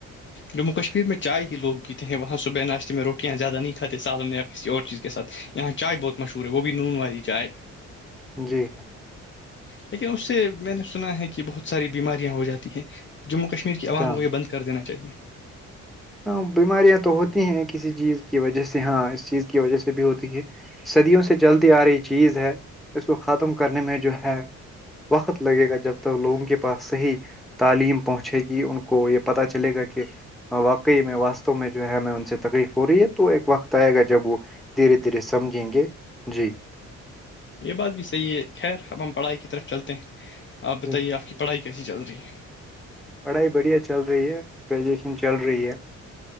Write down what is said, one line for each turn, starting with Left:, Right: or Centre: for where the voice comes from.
Left: جموں کشمیر میں چائے ہی لوگ پیتے ہیں وہاں صبح ناشتے میں روٹیاںیادہ نہیں کاتے سالن کسی اور چیز کے ساتھ یہاں چائے بہت مشہور ہے وہ بھی نون والی چائے ہے
Centre: جی ہاں
Left: لیکن اس سے میں نے سنا ہے کہ بہت ساری بیماریاں ہو جاتی ہیں جموں کشمیر کی عوام
Centre: جام۔
Left: کو یہ بند کر دینا چاہیے
Centre: ہاں بیماریاں تو ہوتی ہیں کسی چیز کی وجہ سے ہاں اس چیز کی وجہ سے بھی ہوتی ہے صدیوں سے چلتی آ رہی چیز ہے اس کو ختم کرنے میں جو ہے وقت لگے گا جب تک لوگوں کے پاس صحیح تعلیم پہنچے گی ان کو یہ پتہ چلے گا کہ وقت میں واسستو میں جو ہے نا ان سے تکلیف ہو رہی ہے تو ایک وقت آئے گا جب وہ دھیرے دھیرے سمجھیں گے جی
Left: یہ بات بھی صحیح ہے خیر اب ہم پڑھائی کی طرف چلتے ہیں آپ بتائیے
Centre: جی
Left: آپ کی پڑھائی کیسی چل رہی ہے
Centre: پڑھائی بڑھیا چل رہی ہے گریجویشن چل رہی ہے